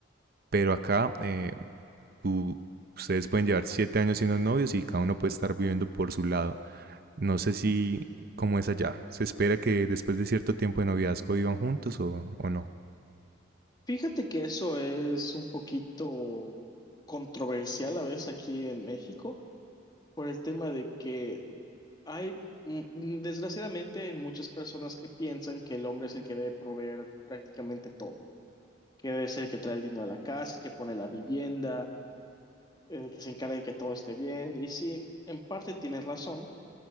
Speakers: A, on the right; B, on the left.
A: Pero acá eh, tú- ustedes pueden llevar siete años siendo novios y cada uno puede estar viviendo por su lado. No sé si cómo es allá. ¿Se espera que después de cierto tiempo de noviazgo vivan juntos o, o no?
B: Fíjate que eso es un poquito controversial a veces aquí en México por el tema de que Hay, mm, mm, desgraciadamente, hay muchas personas que piensan que el hombre es el que debe proveer prácticamente todo, que debe ser el que trae el dinero a la casa, el que pone la vivienda, el que se encarga de que todo esté bien. Y sí, en parte tienen razón,